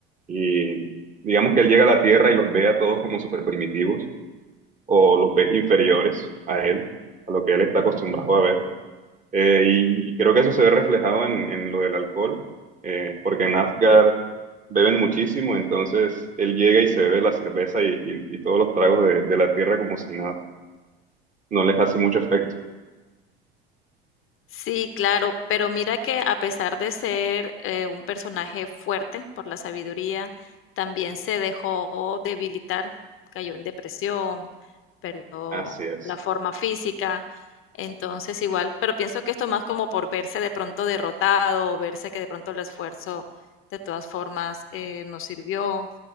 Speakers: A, on the right (about 25°); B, on the left (about 45°).
A: Y digamos que él llega a la Tierra y los ve a todos como super primitivos o los ve inferiores a él, a lo que él está acostumbrado a ver. Eh, y, y creo que eso se ve reflejado en, en lo del alcohol, eh, porque en Asgard beben muchísimo, entonces él llega y se bebe la cerveza y, y- y todos los tragos de, de la tierra como si nada, no les hace mucho efecto.
B: Sí, claro, pero mira que a pesar de ser eh, un personaje fuerte por la sabiduría, también se dejó debilitar, cayó en depresión, perdió
A: Así es.
B: la forma física, entonces igual, pero pienso que esto más como por verse de pronto derrotado, o verse que de pronto el esfuerzo de todas formas eh, no sirvió